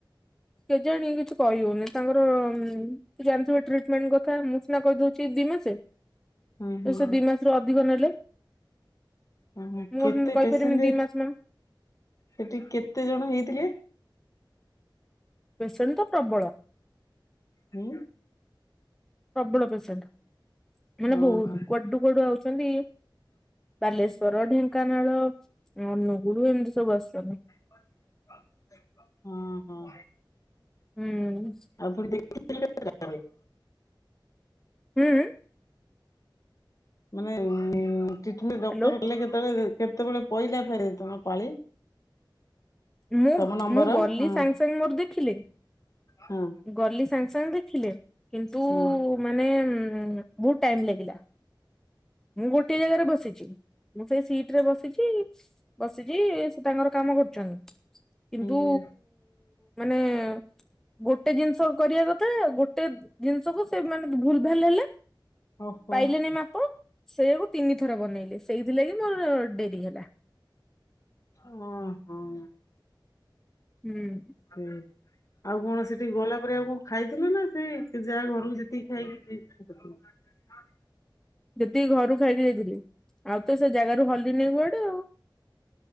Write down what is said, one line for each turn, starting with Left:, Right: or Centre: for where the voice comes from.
Centre: କେଜାଣି କିଛି କହିହଉନି। ତାଙ୍କର- ଉଁ ଜାଣିଥିବ ଟ୍ରିଟମେଣ୍ଟ କଥା ମୁଁ ସିନା କହିଦଉଛି। ସେ ଦି ମାସେ,
Left: ହଁ ହଁ
Centre: ସେ
Left: ହଁ
Centre: ଦି ମାସରୁ ଅଧିକ ନେଲେ।
Left: ହଁ ହଁ
Centre: ମୁଁ
Left: କେତେ
Centre: କହିପାରିବି
Left: ପେସେଣ୍ଟ ହେଇଥି
Centre: ଦି ମାସ ମାନ
Left: ସେଠି କେତେ ଜଣ ହେଇଥିଲେ?
Centre: ପେସେଣ୍ଟ ତ ପ୍ରବଳ।
Left: ହୁଁ
Centre: ପ୍ରବଳ ପେସେଣ୍ଟ ମାନେ
Left: ଓହୋ
Centre: ବହୁତ। କୁଆଡୁ କୁଆଡୁ ଆଉଛନ୍ତି। ବାଲେଶ୍ଵର, ଢେଙ୍କାନାଳ, ଅନୁଗୁଳ ଏମିତି ସବୁ ଆସିୁଛନ୍ତି।
Left: ହିଁ ହଁ।
Centre: ହୁଁ।
Left: ଆପଣ ଦେଖେଥିଲେ ତା ହେଲେ?
Centre: ହୁଁ।
Left: ମାନେ ଟ୍ରିଟମେଣ୍ଟ ଡକ୍ଟର
Centre: ହ୍ୟାଲୋ
Left: କଲେ କେତେବେଳେ କେତେବେଳେ ପଇଲା ଫେରେ ତମ ପାଳି?
Centre: ମୁଁ,
Left: ତମ ନମ୍ବର
Centre: ମୁଁ ଗଲି
Left: ହଁ
Centre: ସାଙ୍ଗେ ସାଙ୍ଗେ ମୋର ଦେଖିଲେ।
Left: ହଁ
Centre: ଗଲି ସାଙ୍ଗେ ସାଙ୍ଗେ ଦେଖିଲେ। କିନ୍ତୁ
Left: ହଁ
Centre: ମାନେ ହୁଁ, ବହୁତ ଟାଇମ ଲାଗିଲା। ମୁ ଟେ ଗୋଟିଏ ଜାଗାରେ ବସିଛି, ମୁଁ ସେଇ ସିଟ ରେ ବସିଛି, ବସିଛି ସେ ତାଙ୍କର କାମ କରୁଛନ୍ତି। କିନ୍ତୁ
Left: ହୁଁ
Centre: ମାନେ ଗୋଟେ ଜିନିଷ କରିବା କଥା, ଗୋଟେ ଜିନିଷକୁ ସେ ମାନେ ଭୁଲ ଭାଲ ହେଲା
Left: ଓହୋ
Centre: ପାଇଲେନି ମାପ ସେଇଆାକୁ ତିନି ଥର ବନେଇଲେ। ସେଇଥିଲାଗି ମୁର ଡେରିହେଲା।
Left: ଓ ହଁ
Centre: ହୁଁ।
Left: ହୁଁ। ଆଉ କଣ ସେଠିକି ଗଲା ପରେ ଆଉ କଣ ଖାଇଥିଲ ନା! ସେ ଯାହା ଘରକୁ ଯେତିକି ଖାଇକି <inaudible>
Centre: ଯେତିକି ଘରୁ ଖାଇକି ଯାଇଥିଲି। ଆଉ ତ ସେ ଜାଗାରୁ ହଲିନି କୁଆଡେ ଆଉ